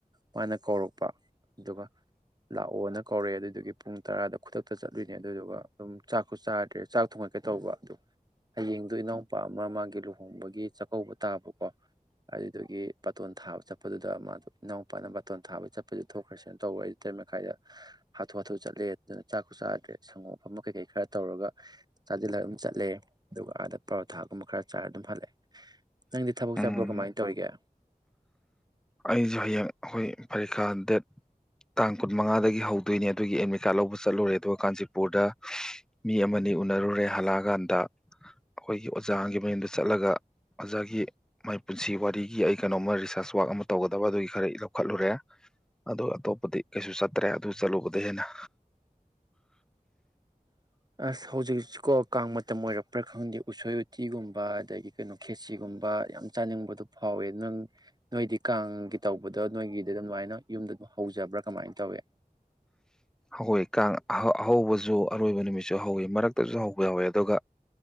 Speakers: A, on the right (about 25°); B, in the centre.
A: ꯃꯥꯅ ꯀꯧꯔꯛꯄ ꯑꯗꯨꯒ ꯂꯥꯛꯑꯣꯅ ꯀꯧꯔꯛꯑꯦ ꯑꯗꯨꯏꯗꯨꯒꯤ ꯄꯨꯡ ꯇꯔꯥꯗ ꯈꯨꯗꯛꯇ ꯆꯠꯂꯨꯏꯅꯦ ꯑꯗꯨꯏꯗꯨꯒ ꯑꯗꯨꯝ ꯆꯥꯛꯁꯨ ꯆꯥꯗ꯭ꯔꯦ ꯆꯥꯛ ꯊꯣꯡꯉꯛꯀꯦ ꯇꯧꯕ ꯑꯗꯨ ꯍꯌꯦꯡꯗꯣꯅꯣ ꯅꯨꯄꯥ ꯑꯃ ꯃꯥꯒꯤ ꯂꯨꯍꯣꯡꯕꯒꯤ ꯆꯥꯛꯀꯧꯕ ꯇꯥꯕꯀꯣ ꯑꯗꯨꯗꯒꯤ ꯕꯥꯇꯣꯟ ꯊꯥꯕ ꯆꯠꯄꯗꯨꯗ ꯃꯥꯗꯣ ꯏꯅꯥꯎꯄꯥꯅ ꯕꯥꯇꯣꯟ ꯊꯥꯕ ꯆꯠꯄꯗꯨ ꯊꯣꯛꯈ꯭ꯔꯁꯤꯅ ꯇꯧꯕ ꯍꯥꯏꯗꯤ ꯇꯔꯔꯤꯠ ꯃꯈꯥꯏꯗ ꯍꯥꯊꯨ ꯍꯥꯊꯨ ꯆꯠꯂꯦ ꯑꯗꯨꯅ ꯆꯥꯛꯁꯨ ꯆꯥꯗ꯭ꯔꯦ ꯁꯪꯒꯣꯝꯐꯝ ꯀꯩꯀꯩ ꯈꯔ ꯇꯧꯔꯒ ꯆꯥꯁꯤꯜꯂꯒ ꯑꯗꯨꯝ ꯆꯠꯂꯦ ꯑꯗꯨꯒ ꯑꯥꯗ ꯄꯔꯣꯊꯥꯒꯨꯝꯕ ꯈꯔ ꯆꯥꯏꯔ ꯑꯗꯨꯝ ꯍꯜꯂꯛꯑꯦ ꯅꯪꯗꯤ ꯊꯕꯛ
B: ꯎꯝ
A: ꯆꯠꯄ꯭ꯔꯣ ꯀꯃꯥꯏꯅ ꯇꯧꯔꯤꯒꯦ
B: ꯑꯩꯁꯨ ꯍꯌꯦꯡ ꯑꯩꯈꯣꯏ ꯐꯔꯤꯈꯥ ꯗꯦꯠ ꯇꯥꯡ ꯀꯨꯟꯃꯉꯥꯗꯒꯤ ꯍꯧꯗꯣꯏꯅꯦ ꯑꯗꯨꯒꯤ ꯑꯦꯗꯃꯤꯠ ꯀꯥꯔꯠ ꯂꯧꯕ ꯆꯠꯂꯨꯔꯦ ꯑꯗꯨꯒ ꯀꯥꯟꯆꯤꯄꯨꯔꯗ ꯃꯤ ꯑꯃꯅꯤ ꯎꯅꯔꯨꯔꯦ ꯍꯜꯂꯛꯑꯀꯥꯟꯗ ꯑꯩꯈꯣꯏꯒꯤ ꯑꯣꯖꯥꯒꯤ ꯃꯌꯨꯝꯗ ꯆꯠꯂꯒ ꯑꯣꯖꯥꯒꯤ ꯃꯥꯏ ꯄꯨꯟꯁꯤ ꯋꯥꯔꯤꯒꯤ ꯑꯩ ꯀꯩꯅꯣꯝꯃ ꯔꯤꯁꯥꯔꯁ ꯋꯥꯋꯔꯥꯛ ꯑꯃ ꯇꯧꯒꯗꯕ ꯑꯗꯨꯒꯤ ꯈꯔ ꯂꯧꯈꯠꯂꯨꯔꯦ ꯑꯗꯨꯒ ꯑꯇꯣꯞꯄꯗꯤ ꯀꯩꯁꯨ ꯆꯠꯇ꯭ꯔꯦ ꯑꯗꯨ ꯆꯠꯂꯨꯕꯗ ꯍꯦꯟꯅ
A: ꯑꯁ ꯍꯧꯖꯤꯛ ꯍꯧꯖꯤꯛꯀꯣ ꯀꯥꯡ ꯃꯇꯝ ꯑꯣꯏꯔꯛꯄ꯭ꯔꯥ ꯈꯪꯗꯦ ꯎꯁꯣꯏ ꯎꯇꯤꯒꯨꯝꯕ ꯑꯗꯒꯤ ꯀꯩꯅꯣ ꯈꯦꯁꯤꯒꯨꯝꯕ ꯌꯥꯝ ꯆꯥꯅꯤꯡꯕꯗꯣ ꯐꯥꯎꯋꯦ ꯅꯪ ꯅꯣꯏꯗꯤ ꯀꯥꯡꯒꯤ ꯇꯧꯕꯗꯣ ꯅꯣꯏꯒꯤꯗ ꯑꯗꯨꯃꯥꯏꯅ ꯌꯨꯝꯗ ꯑꯗꯨꯝ ꯍꯧꯖꯕ꯭ꯔꯥ ꯀꯃꯥꯏꯅ ꯇꯧꯋꯦ
B: ꯍꯣꯏ ꯀꯥꯡ ꯑꯍꯧꯕꯖꯨ ꯑꯔꯣꯏꯕ ꯅꯨꯃꯤꯠꯁꯨ ꯍꯧꯋꯦ ꯃꯔꯛꯇꯖꯨ ꯍꯧꯕ ꯌꯥꯎꯋꯦ ꯑꯗꯨꯒ